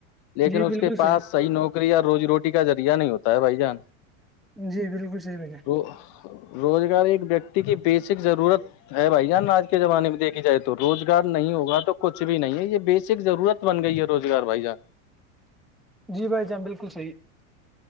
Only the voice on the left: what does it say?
لیکن
اس
کے پاس صحیح نوکری اور روزی روٹی کا ذریہ نہیں ہوتا ہے بھائی جان
ر روزگار ایک ویکتی کی بیسک ضرورت ہے بھائی جان آج کے زمانے میں دیکھی جائے تو روزگار نہیں ہوگا تو کچھ بھی نہیں ہے یہ بیسک ضرورت بن گئی ہے روزگار وھائی جان